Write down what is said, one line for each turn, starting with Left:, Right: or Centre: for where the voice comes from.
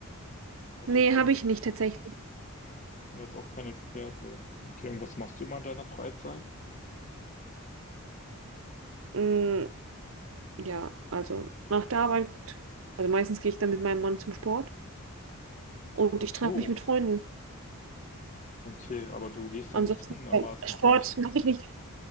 Left: also
Right: Nee,
Left: ich bin
Right: habe
Left: da
Right: ich
Left: jetzt.
Right: nicht tatsächlich.
Left: bin jetzt auch kein Experte. Okay, und was machst du immer in deiner Freizeit?
Right: Mm, Ja, also nach der Arbeit, also meistens gehe ich dann mit meinem Mann zum Sport und
Left: Ach
Right: ich
Left: so,
Right: treffe mich mit Freunden.
Left: okay, aber du gehst
Right: Ansonsten
Left: dann gezwungenermaßen
Right: äh, Sport
Left: zum,
Right: mache ich nicht.